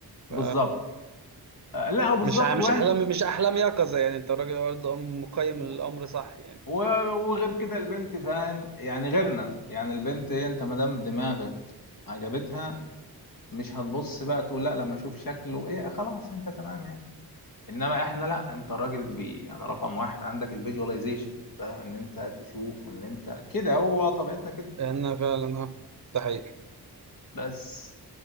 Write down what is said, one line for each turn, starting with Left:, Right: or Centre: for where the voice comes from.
Left: بالظبط
Right: ف
Left: آه، لا وبالظبط
Right: مش ع- مش
Left: وين
Right: احلام مش احلام يقظه يعني انت راجل برضه أم- مقيم
Left: و-
Right: الامر صح يعني
Left: و- وغير كده البنت فاهم يعني غيرنا يعني البنت ايه انت ما دام دماغك عجبتها مش هتبص بقى تقول لا لما اشوف شكله ايه خلاص انت تمام يعني انما احنا
Right: امم
Left: لا انت الراجل بي يعني رقم واحد عندك الفيجواليزيشن فاهم ان انت تشوف وان انت كده هو طبيعتنا كده
Right: لان فعلا اه ده حقيقي
Left: بس